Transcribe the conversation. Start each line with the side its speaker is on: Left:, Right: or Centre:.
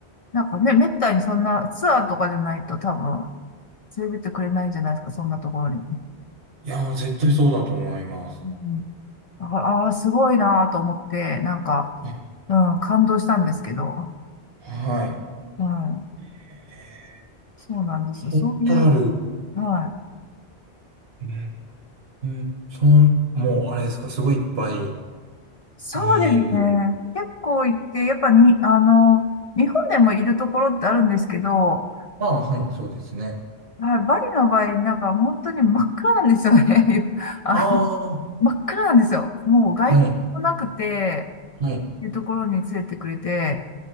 Left: なんかね、めったにそんなツアーとかじゃないと多分、連れてってくれないんじゃないですか、そんなところに。
Right: いやー、絶対そうだと思います。
Left: うんああー、すごいなと思って、なんか、
Right: ね
Left: うん、感動したんですけど。
Right: はい。
Left: うん、
Right: え
Left: そうなんですよ。
Right: ホタル。
Left: そういう、
Right: う
Left: はい。
Right: ーん。その、もう、あれですか、すごいいっぱい
Left: そうですね。
Right: 見える。
Left: 結構行って、やっぱに、あの、日本でもいるところってあるんですけど、
Right: ああ、はい、そうですね。
Left: はい、バリの場合、なんか本当に真っ暗なんですよね。<laughs> あの、
Right: ああ、
Left: 真っ暗なんですよ。もう外光もなくて、
Right: はい、はい。
Left: いうところに連れてくれて、